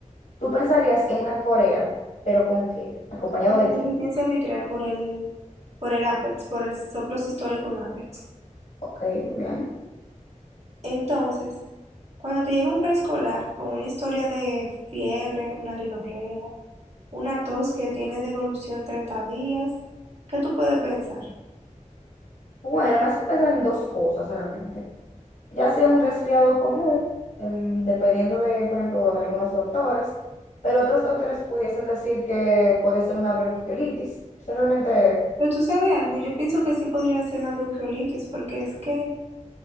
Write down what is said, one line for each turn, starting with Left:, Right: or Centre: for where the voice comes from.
Left: Tú pensarías en una corea, pero ¿con qué? ¿Acompañado
Right: Con
Left: de
Right: insuficiencia
Left: qué?
Right: mitral por el, por el ápex, por el soplo sistólico en ápex.
Left: Ok, muy bien.
Right: Entonces, cuando te llega un preescolar con una historia de fiebre, una rinorrea, una tos que tiene devolución 30 días, ¿qué tú puedes pensar?
Left: Bueno, me hace pensar en dos cosas realmente. ya sea un resfriado común, em, dependiendo de, por ejemplo, de algunos doctores, pero otros doctores pudiesen decir que puede ser una bronquiolitis. Eso realmente,
Right: Pero tú sabes algo, yo pienso que sí podría ser una bronquiolitis porque es que